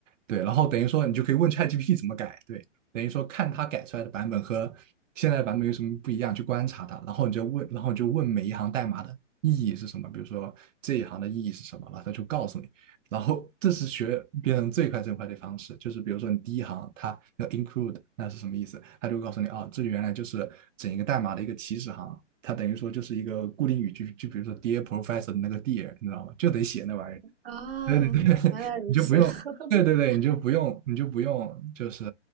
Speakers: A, on the right (about 85°); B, on the right (about 50°).
A: 对，然后等于说你就可以问 ChatGPT 怎么改，对，等于说看它改出来的版本和现在的版本有什么不一样，去观察它，然后你就问，然后你就问每一行代码的意义是什么，比如说这一行的意义是什么，然后它就告诉你。然后这是学编程最快最快的方式，就是比如说你第一行它要 include 那是什么意思，它就告诉你啊，这原来就是整一个代码的一个起始行，它等于说就是一个固定语句，就比如说 Dear Professor 的那个 Dear，你知道吗？就得写那玩意儿，
B: 哦，
A: 对 <laughs> 对对，
B: 原来如此，
A: <laughs> 你就不用，
B: <laughs>
A: 对对对，你就不用，你就不用，就是